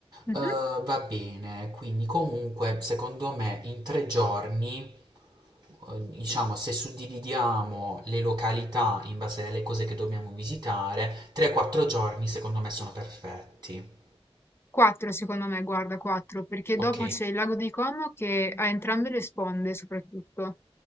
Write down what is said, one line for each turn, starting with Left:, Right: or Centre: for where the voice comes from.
Left: Mhm.
Right: Eh, va bene, quindi comunque secondo me in tre giorni, eh, diciamo se suddividiamo le località in base alle cose che dobbiamo visitare, 3-4 giorni secondo me sono perfetti. Mhm.
Left: Quattro, secondo me, guarda, quattro, perché
Right: Ok.
Left: dopo c'è il lago di Como che ha entrambe le sponde, soprattutto.